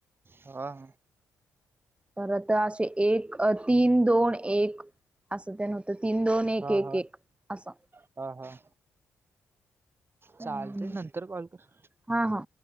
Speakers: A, on the right; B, on the right.
A: हा
B: तरता असे एक, तीन, दोन, एक. असं ते अन तीन दोन एक
A: हा
B: एक
A: हा
B: एक असं.
A: हा हा
B: हम्म.
A: चालतंय, नंतर कॉल कर.
B: हा हा.